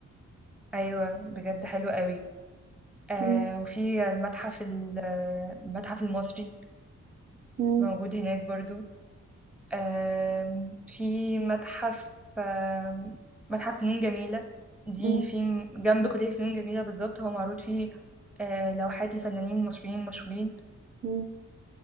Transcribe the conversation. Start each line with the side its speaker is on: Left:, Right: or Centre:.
Centre: أيوة بجد حلو قوي آه،
Right: مم.
Centre: وفي المتحف ال- آه، المتحف المصري
Right: مم.
Centre: موجود هناك برضو آم، في متحف آم، متحف فنون جميلة دي
Right: مم.
Centre: في جنب كلية فنون جميلة بالظبط هو معروض فيه آه، لوحات لفنانين مصريين مشهورين
Right: مم.